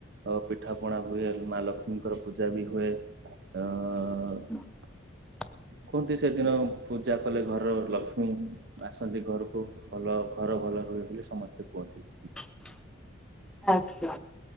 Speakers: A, on the right; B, in the centre.
A: ଅ ପିଠା ପଣା ହୁଏ, ମା ଲକ୍ଷ୍ମୀଙ୍କର ପୂଜା ବି ହୁଏ। ଏ ଅ
B: <inaudible>
A: କୁହନ୍ତି ସେଦିନ ପୂଜା କଲେ ଘରର ଲକ୍ଷ୍ମୀ ଆସନ୍ତି ଘରକୁ ଭଲ ଘର ଭଲ ରୁହେ ବୋଲି ସମସ୍ତେ କୁହନ୍ତି।
B: <inaudible> ଆଚ୍ଛା